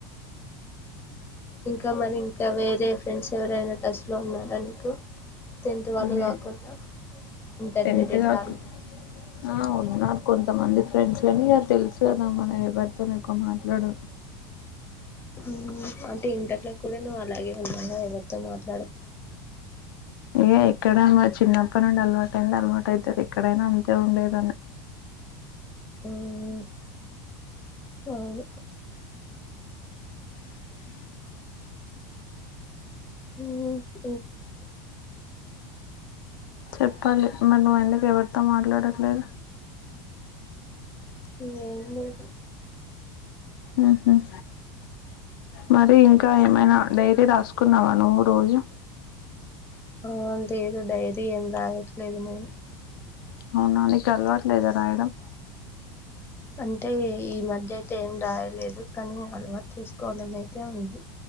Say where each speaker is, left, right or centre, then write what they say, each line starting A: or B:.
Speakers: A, on the left (about 20°); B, on the left (about 75°).
A: ఇంకా మరి ఇంకా వేరే ఫ్రెండ్స్ ఎవరైనా టస్లో ఉన్నారా నీకు టెన్త్ వాళ్ళు
B: ఇదే
A: కాకుండా ఇంటర్మీడియట్
B: టెన్త్ కాక
A: వాళ్ళు
B: ఆ ఉన్నారు కొంతమంది ఫ్రెండ్స్ కానీ ఇ తెలుసు కదా మనం ఎవరితోనెక్కువ మాట్లాడం
A: మ్మ్ అంటే ఇంటర్లో కూడా నువ్వు అలాగే ఉన్నావా ఎవరితో మాత్
B: ఇక ఎక్కడ మా చిన్నప్పు తప్ప నుండి అలవాటు అయింది అలవాటు అవుతుది ఎక్కడైనా అంతే ఉండేదాన్ని
A: మ్మ్ మ్మ్ మ్మ్
B: చెప్పాలి మరి నువ్వు ఎందుకు ఎవరితో మాట్లాడట్లేదు
A: ఇంకేం లేదు
B: మ్మ్ హ్మ్ మరి ఇంకా ఏమైనా డైరీ రాసుకున్నావా నువ్వు రోజు
A: ఆ లేదు డైరీ ఏం రాయట్లేదు నేను
B: అవునా నీకు అలవట్లేదా రాయడం
A: అంటే ఈ మధ్య అయితే ఏం రాయలేదు కానీ అలవాటు చేసుకోవాలని అయితే ఉంది